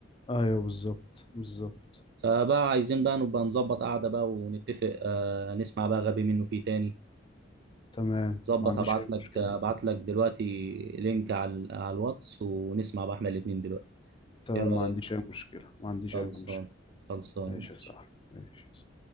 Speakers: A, on the left (about 25°); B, on the right (about 60°).
A: ايوه بالظبط بالظبط
B: فبقى عايزين بقى نبقى نظبط قعده بقى ونتفق آه نسمع بقى غبي منه فيه تاني
A: تمام
B: ظبط
A: ما عنديش
B: هبعت
A: اي
B: لك
A: مشكلة
B: هبعت لك دلوقتي لينك على على الواتس ونسمع بقى احنا الاتنين دلوقتي
A: تمام
B: ايه رأيك
A: ما عنديش اي مشكلة ما عنديش
B: خلصان
A: اي مشكلة
B: خلصان
A: ماشي يا صاحبي ماشي